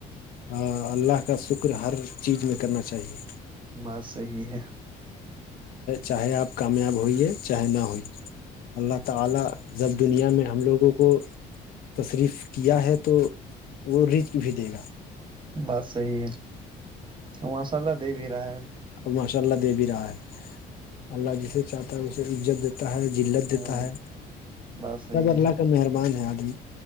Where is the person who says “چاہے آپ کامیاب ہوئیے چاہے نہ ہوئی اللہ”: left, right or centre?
Left